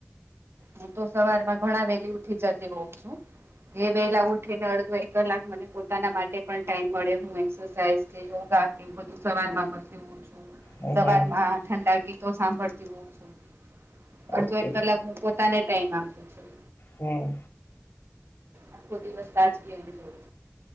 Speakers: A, on the right; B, on the left.
A: હું તો સવાર માં ઘણા વેલી ઉઠી જતી હોઉ છું. એ વહેલા ઉઠીને અડધો એક કલાક મને પોતાના માટે પણ ટાઈમ મળે એક્સાઇઝ કે યોગા સવાર માં પણ
B: હમ
A: સવારમાં
B: હમ
A: ઠંડા ગીતો સાંભળતી હોછું અડધો
B: ઓકે
A: એક કલાક તને ટાઈમ આપું છું.
B: હમ્મ
A: આખો દિવસ તાજગી એને જોડે